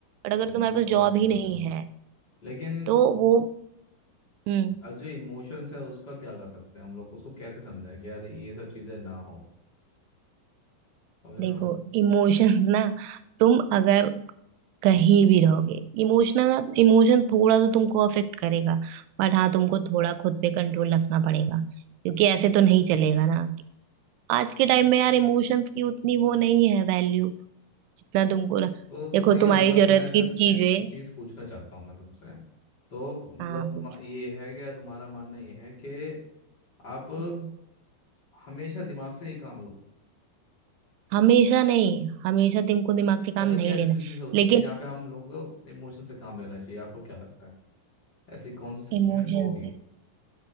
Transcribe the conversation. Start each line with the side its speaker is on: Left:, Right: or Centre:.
Right: बट अगर
Left: हम्म,
Right: तुम्हारे
Left: समझ
Right: पास जॉब
Left: गया
Right: ही नहीं
Left: हूँ ना
Right: है
Left: लेकिन
Right: तो वो हम्म
Left: अ, जो इमोशंस है उसका क्या कर सकते हैं हम लोग उसको कैसे समझाएं कि यार ये सब चीज़ें ना हो समझ
Right: देखो
Left: रहे हो ना
Right: इमोशंस ना तुम अगर कहीं भी रहोगे इमोशनल इमोशन थोड़ा तो तुमको अफेक्ट करेगा बट हाँ तुमको थोड़ा खुद पे कंट्रोल रखना पड़ेगा क्योंकि ऐसे तो नहीं चलेगा ना आज के टाइम
Left: हम्म।
Right: में यार इमोशंस की उतनी वो नहीं है वैल्यू जितना तुमको र-
Left: तो तुम्हें
Right: देखो
Left: क्या
Right: तुम्हारी
Left: मतलब
Right: जरूरत
Left: मैं जस्ट
Right: की चीजें
Left: एक चीज़ पूछना चाहता हूँ मैं तुमसे तो मतलब
Right: हाँ
Left: म-
Right: पूछो
Left: ये है क्या तुम्हारा मानना ये है कि आप
Right: हम्म
Left: हमेशा दिमाग से ही काम लो
Right: हमेशा नहीं हमेशा तुमको दिमाग से
Left: कि ऐसा
Right: काम
Left: क्या
Right: नहीं
Left: सिचुएशन
Right: लेना है,
Left: हो सकती
Right: लेकिन
Left: है जहाँ पे हम लोगों को इमोशन से काम लेना चाहिए आपको क्या लगता है ऐसी कौन सी सिचुएशन
Right: इमोशन
Left: होगी
Right: से